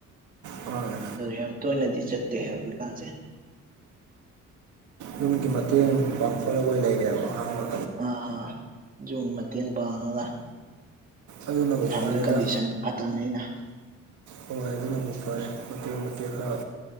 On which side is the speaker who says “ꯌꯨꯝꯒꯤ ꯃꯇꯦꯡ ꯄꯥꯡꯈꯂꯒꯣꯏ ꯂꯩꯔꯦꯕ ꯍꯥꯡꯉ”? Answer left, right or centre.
Right